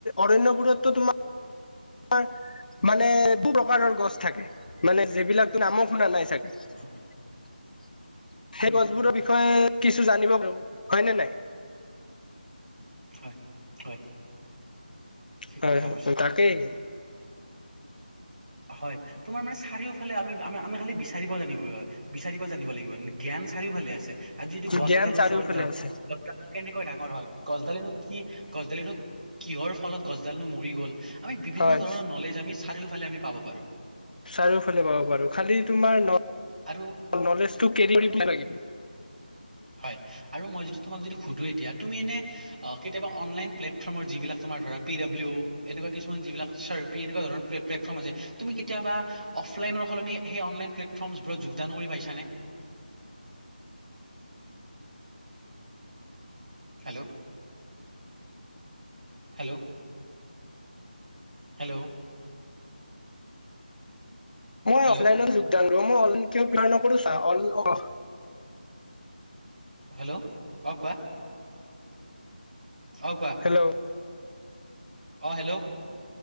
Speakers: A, on the left; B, on the right.
A: অৰণ্যবোৰতো তোমাৰ। <unintelligible> তাৰ মানে বহু প্ৰকাৰৰ গছ থাকে মানে যি বিলাক নামো শুনা নাই চাগে। সেই
B: হয় উম
A: গছবোৰৰ বিষয়ে। কিছু জানিব পাৰো হয়নে নাই
B: হয় হয় ঠিক
A: হয়,
B: কথা কৈছা
A: হয় তাকেই
B: হয় তোমাৰ মানে। চাৰিওফালে আমি আমি খালি বিচাৰিব জানিব লাগিব বিচাৰিব জানিব লাগিব। জ্ঞান চাৰিও ভালে আছে আজি যদি গছ
A: জ্ঞান
B: এডালৰ
A: চাৰিওফালে
B: ওচৰত যাওঁ
A: আছে
B: গছডালটো কেনেকৈ ডাঙৰ হল গছডালেনো কি। গছডালটো কিহৰ ফলত গছডালনো মৰি গ'ল আমি বিভিন্ন
A: হয়
B: ধৰণৰ নলেজ আমি। চাৰিওফালে আমি পাব পাৰো।
A: চাৰিওফালে পাব পাৰো খালি তোমাৰ ন।
B: আৰু
A: নলেজটো কেৰি কৰি লাগে।
B: হয় আৰু মই যদি তোমাক যদি সুধো এতিয়া তুমি এনে কেতিয়াবা অনলাইন প্লেটফৰ্মৰ যিবিলাক ত। তোমাৰ ধৰা পি ডাবলি এনেকুৱা কিছুমান যিবিলাক চাৰ পি এনেকোৱা ধৰনৰ প্লেটফৰ্ম আছে তুমি কেতিয়াবা। অফলাইনৰ সলনি সেই অনলাইন প্লেটফৰ্মছবোৰত যোগদান কৰি পাইছানে?
A: <unintelligible>
B: হেল্ল' হেল্ল' হেল্ল'
A: মই
B: হেল্ল'
A: অফলাইনত যোগদান কৰিম, মই অনলাইন কিয় <unintelligible> নকৰো চা।
B: হেল্ল', অ কোৱা। অ কোৱা।
A: হেল্ল'
B: অ হেল্ল'।